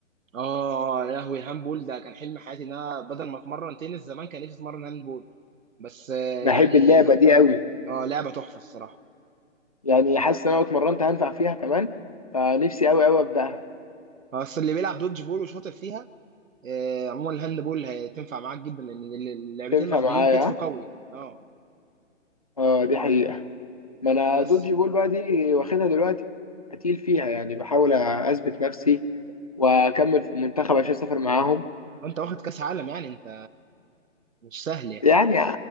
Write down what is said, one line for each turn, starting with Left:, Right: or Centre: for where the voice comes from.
Right: اه يا لهوي هاندبول ده كان حلم حياتي ان انا بدل ما اتمرن تنس زمان كان نفسي اتمرن هاندبول بس آه،
Left: بحب
Right: يعني
Left: اللعبه دي قوي
Right: اه لعبه تحفه الصراحه
Left: يعني حاسس ان انا لو اتمرنت هنفع فيها كمان فنفسي قوي قوي ابداها
Right: آه، بس اللي بيلعب دودج بول وشاطر فيها آه، عموما الهاندبول هتنفع معاك جدا لان اللعبتين
Left: تنفع
Right: محتاجين
Left: معايا
Right: كتف قوي اه
Left: اه دي حقيقه ما انا
Right: بس
Left: دوجي بول بقى دي واخدها دلوقتي هتقيل فيها يعني بحاول اثبت نفسي واكمل في المنتخب عشان اسافر معاهم
Right: انت واخد كاس عالم يعني انت مش سهل يعني
Left: يعني